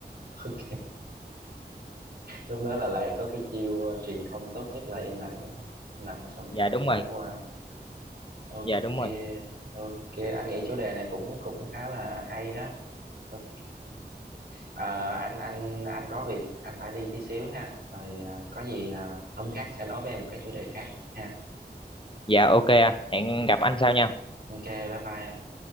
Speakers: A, on the right; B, on the left.
A: ok lúc đó là lại có cái chiêu ờ, truyền thông tốt nhất là im lặng đúng không im lặng xong cho
B: Dạ đúng
A: chuyện
B: rồi.
A: đó qua ok
B: Dạ đúng rồi.
A: ok anh nghĩ chủ đề này cũng cũng khá là hay đó ok Ờ, anh anh anh có việc anh phải đi tí xíu ha rồi ờ, có gì ờ, hôm khác sẽ nói với em một cái chủ đề khác ha
B: Dạ ok anh, hẹn
A: ừ.
B: gặp anh sau nha.
A: ok bye bye